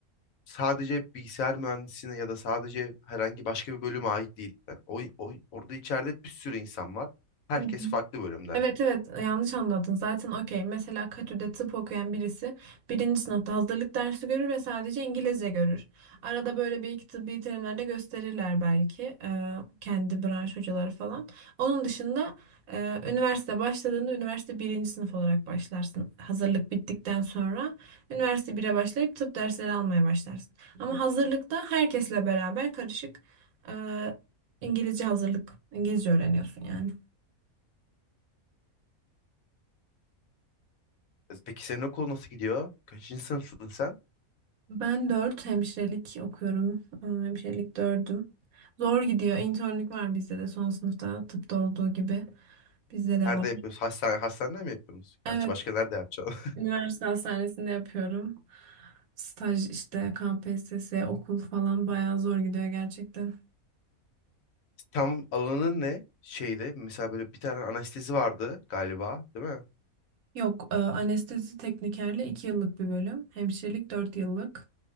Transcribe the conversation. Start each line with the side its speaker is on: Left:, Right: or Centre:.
Left: sadece bilgisayar mühendisliğine ya da sadece herhangi başka bir bölüme ait değil. Yani o, o- orada içeride bir sürü insan var. Herkes
Right: Hı hı.
Left: farklı bölümden.
Right: Evet evet yanlış anladın zaten okey mesela Katü'de tıp okuyan birisi birinci sınıfta hazırlık dersi görür ve sadece İngilizce görür. Arada böyle bir iki tıbbi terimler de gösterirler belki e, kendi branş hocaları falan. Onun dışında e, üniversite başladığında üniversite birinci sınıf olarak başlarsın. Hazırlık bittikten sonra üniversite bire başlayıp tıp dersleri almaya başlarsın. Ama hazırlıkta herkesle beraber karışık e, İngilizce hazırlık İngilizce öğreniyorsun yani.
Left: E, Peki senin okul nasıl gidiyor? Kaçıncı sınıfsın sen?
Right: Ben dört hemşirelik okuyorum. Ee, Hemşirelik dördüm. Zor gidiyor. İnternlük var bizde de son sınıfta tıpta olduğu gibi. Bizde de
Left: Nerede
Right: var.
Left: yapıyorsun? Hastane, hastanede mi yapıyorsunuz?
Right: Evet,
Left: Gerçi başka nerede yapacağım?
Right: üniversite hastanesinde yapıyorum. Staj işte KPSS, okul falan bayağı zor gidiyor gerçekten.
Left: <laughs> Tam alanın ne? Şeyde mesela böyle bir tane anestezi vardı galiba, değil mi?
Right: Yok, e, anestezi teknikerle 2 yıllık bir bölüm, hemşirelik 4 yıllık.